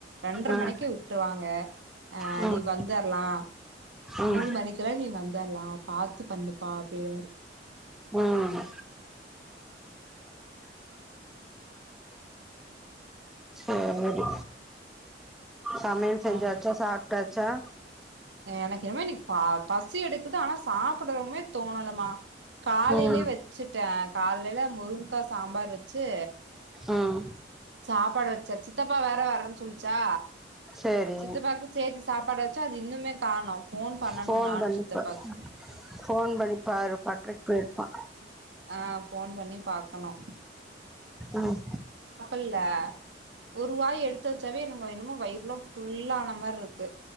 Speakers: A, on the right (about 75°); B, in the centre.
A: ரெண்ட்ர
B: ம்
A: மணிக்கு விட்ருவாங்க அ
B: ம்
A: நீ வந்தரலா.
B: ம்
A: மூணு மணிக்கெல்லா நீ வந்தர்லா பாத்து பண்ணுப்பா அப்பிடின்னாரு
B: ம் ம் ஆ ஓகே சமயல் செஞ்ச்சாச்சா
A: ஆ
B: சாப் டாச்சா
A: எனக்கு என்னமோ இன்னிக்கு ப பசி எடுக்குது ஆனா சாப்டவுமே தோணல மா காலேல்யே
B: ம்
A: வெச்சுட்டே. காலைல முருங் க்கா சாம்பார் வெச்சு
B: ஆஹ்
A: சாப்பாடு வச்ச சித்தப்பா வேற வரன்னு சொன்னுச்சா
B: சேரி
A: சித்தப்பாக்கு சேத்தி சாப்பாடு வச்சா அது இன்னுமே காணோ ஃபோன் பண்ணணு
B: ஃபோன்
A: நானு
B: பண்ணிப்ப
A: சித்தப்பாக்கு
B: ஃபோன் பண்ணிப்பாரு பட்டரைக்கு போயிருப்பா
A: ஆ ஃபோன் பண்ணி பாக்கணு
B: உம்
A: ல்ல ஒருவாய் எடுத்த வச்சாவே என்னு ஆ என்னமோ வயிற்லா ஃபுல்லான மார்ருக்கு